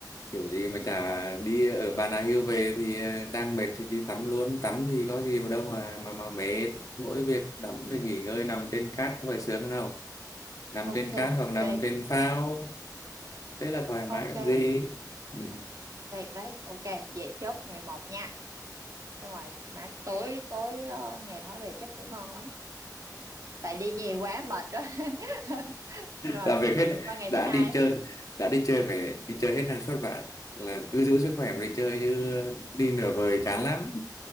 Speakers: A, on the left; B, on the right.
A: Kiểu gì mà chả
B: Ê,
A: đi ở Bà Nà Hills về thì ờ, đang mệt thì đi tắm luôn. Tắm thì có gì mà đâu mà mà mà mệt. Mỗi việc tắm rồi nghỉ ngơi nằm trên cát có phải sướng hơn không? Nằm
B: ok
A: trên cát hoặc nằm
B: tuyệt
A: trên phao thế là thoải
B: ok
A: mái làm gì ừ.
B: tuyệt đấy ok vậy chốt ngày một nha xong rồi mà tối tối ờ, ngày đó về chắc ngủ ngon lắm tại đi nhiều quá mệt đó <laughs> xong rồi
A: làm việc hết
B: qua ngày
A: đã
B: thứ hai
A: đi chơi đã đi chơi phải đi chơi hết năng suất vậy là cứ giữ sức khỏe mà đi chơi chứ đi nửa vời chán lắm